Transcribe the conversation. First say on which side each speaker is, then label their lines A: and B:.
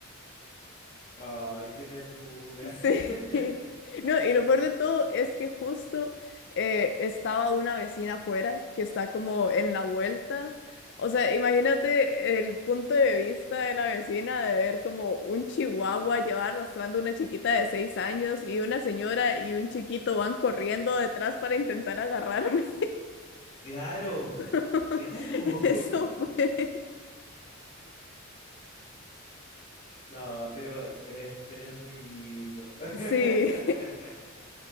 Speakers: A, on the left; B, on the left.
A: Ay, qué ternura.
B: Sí.
A: <laughs>
B: <laughs> No, y lo peor de todo es que justo eh, estaba una vecina afuera que está como en la vuelta. O sea, imagínate el punto de vista de la vecina de ver como un chihuahua lleva arrastrando una chiquita de seis años y una señora y un chiquito van corriendo detrás para intentar agarrarme.
A: Claro,
B: <laughs>
A: claro.
B: Eso
A: <laughs>
B: fue.
A: No, pero, eh, pero, es- pero es muy lindo. <laughs>
B: Sí,